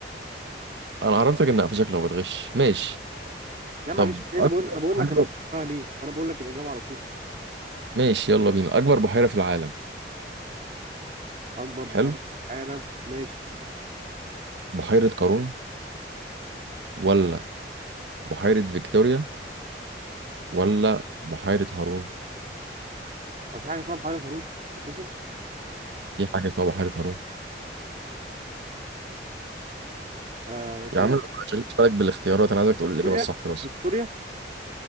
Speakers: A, on the right; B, on the right.
A: انا عرفتك ان هقفشك لو بتغش ماشي
B: يا عم
A: طب
B: معلش انا
A: اكبر
B: بقول انا بقول
A: بحيرة
B: لك انا اخترتها ليه وانا بقول لك الاجابه على طول
A: ماشي يلا بينا اكبر بحيرة في العالم
B: اكبر بحيره
A: حلو
B: في العالم ماشي
A: بحيرة قارون ولا بحيرة فيكتوريا ولا بحيرة هارون
B: هو في حاجه اسمها بحيره هارون اساسا
A: في حاجة اسمها بحيرة هارون
B: آه طيب
A: يا عم ما تشغلش بالك بالاختيارات انا عايزك تقول الإجابة
B: فيكتوريا
A: الصح بس
B: فيكتوريا